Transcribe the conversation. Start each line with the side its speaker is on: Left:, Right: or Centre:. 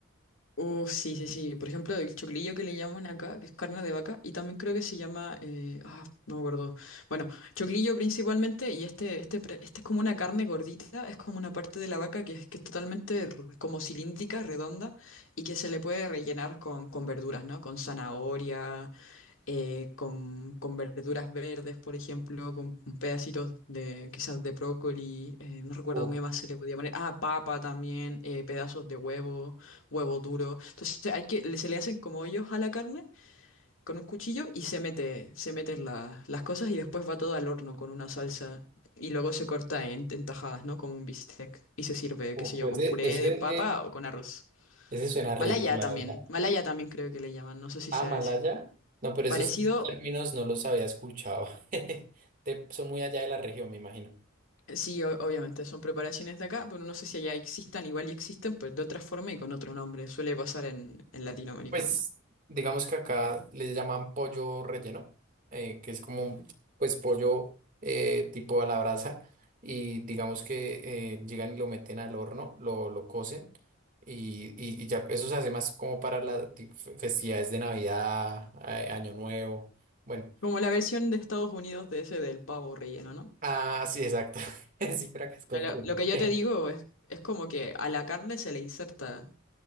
Left: Uf, sí, sí, sí. Por ejemplo, el choclillo que le llaman acá, que es carne de vaca, y también creo que se llama, eh, ah, no me acuerdo. Bueno, choclillo principalmente, y este, este, pre- este es como una carne gordita, es como una parte de la vaca que es, que es totalmente r- como cilíndrica, redonda, y que se le puede rellenar con, con verduras, ¿no? Con zanahoria, eh, con, con verduras verdes, por ejemplo, con pedacitos de quizás de brócoli, eh, no recuerdo
Right: Uf,
Left: qué más se le podía poner, ah, papa también, eh, pedazos de huevo, huevo duro. Entonces hay que, le- se le hacen como hoyos a la carne con un cuchillo y se mete, se meten la- las cosas y después va todo al horno con una salsa. Y luego se corta en, en tajadas, ¿no? Como un bistec. Y se sirve,
Right: uf,
Left: qué sé yo,
Right: ese,
Left: con puré
Right: ese,
Left: de papa o con arroz.
Right: ese suena rico,
Left: Malaya
Right: la
Left: también.
Right: verdad.
Left: Malaya también creo que le llaman. No sé si
Right: Ah,
Left: sea
Right: Malaya.
Left: ese.
Right: No, pero
Left: Parecido,
Right: Sí. esos esos términos no los había escuchado. <laughs> De- son muy allá de la región, me imagino.
Left: Eh, Sí, o- obviamente son preparaciones de acá, pero no sé si allá existan, igual y existen, pero de otra forma y con otro nombre. Suele pasar en, en Latinoamérica,
Right: Pues
Left: ¿no?
Right: digamos que acá le llaman pollo relleno, eh, que es como pues pollo eh, tipo a la brasa y digamos que eh, llegan y lo meten al horno, lo, lo cocen y, y- y ya eso se hace más como para las ti- fe- festividades de Navidad, eh, Año Nuevo. Bueno,
Left: Como la versión de Estados Unidos de ese del pavo relleno, ¿no?
Right: ah, sí, exacto. <laughs> Sí, pero acá es con
Left: No, Lo,
Right: pollo.
Left: lo que yo
Right: <laughs>
Left: te digo es, es como que a la carne se le inserta.